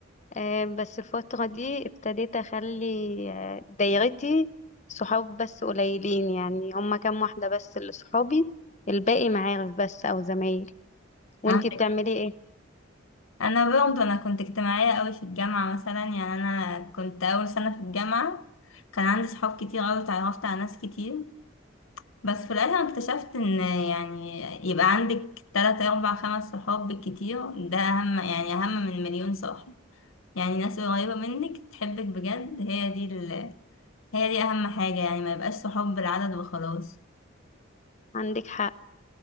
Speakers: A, on the left; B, on the left.
A: آه، بس الفتره دي ابتديت اخلي آه، دايرتي صحاب بس قليلين يعني هما كام واحده بس اللي صحابي الباقي معارف بس او زمايل وانتي
B: عندك
A: بتعملي ايه
B: انا برضه انا كنت اجتماعيه قوي في الجامعه مثلا يعني انا كنت اول سنه في الجامعه كان عندي صحاب كتير قوي اتعرفت على ناس كتير بس في الاخر اكتشفت ان يعني يبقى عندك تلاتة اربع خمس صحاب بالكتير ده اهم يعني اهم من مليون صاحب يعني ناس قريبه منك تحبك بجد هي دي ال... هي دي اهم حاجه يعني ما يبقاش صحاب بالعدد وخلاص
A: عندك حق